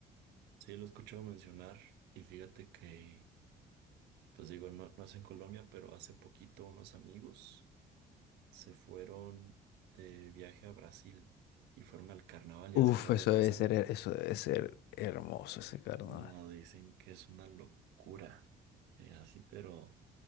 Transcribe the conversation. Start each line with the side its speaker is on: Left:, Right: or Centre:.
Right: Sí, lo escucho mencionar y fíjate que, pues digo, no, no es en Colombia, pero hace poquito unos amigos se fueron de viaje a Brasil y fueron al carnaval, ya
Left: Uf,
Right: ves que acaba
Left: eso
Right: de pasar.
Left: debe ser, eso debe ser hermoso ese carnaval.
Right: No, dicen que es una locura, eh, así, pero...